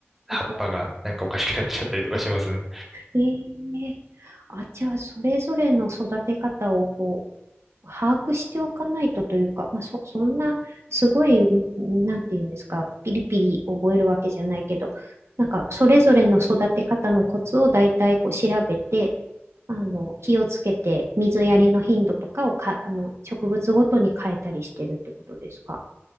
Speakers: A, in the centre; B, on the right.
A: 葉っぱがなんかおかしくなっちゃったりとかしますね。
B: るほど。ええあ、じゃあ、それぞれの育て方をこう、把握しておかないとというか、まあ、そ、そんな、すごい、んなんていうんですか、ピリピリ覚えるわけじゃないけど、なんか、それぞれの育て方のコツを大体こう調べて、あの、気をつけて、水やりの頻度とかをか、あの、植物ごとに変えたりしてるってことですか